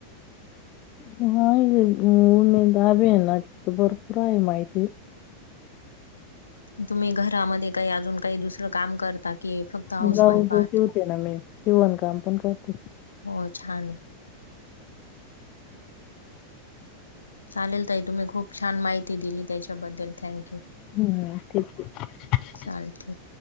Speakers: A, on the left; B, on the left.
A: <unintelligible> त्या अभियानाची तर भरपूर आहे माहिती.
B: तुम्ही घरामध्ये काही अजून काही दुसरं काम करता कि फक्त हाऊस
A: ब्लाऊज
B: वाईफ आहात?
A: शिवते ना मी शिवण काम पण करते.
B: हो छान आहे. चालेल ताई तुम्ही खूप छान माहिती दिली त्याच्याबद्दल थँक्यू.
A: हम्म ठीक आहे.
B: चालते